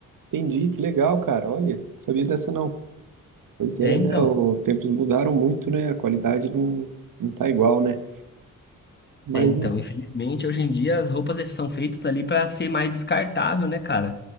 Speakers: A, on the right (about 70°); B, on the left (about 30°).
A: Entendi, que legal, cara. Olha, não sabia dessa não. Pois é,
B: É, então.
A: né? Os tempos mudaram muito, né? A qualidade não, não tá igual, né? Mas,
B: É, então, infelizmente, hoje em dia as roupas é, são feitas ali para ser mais descartável, né, cara?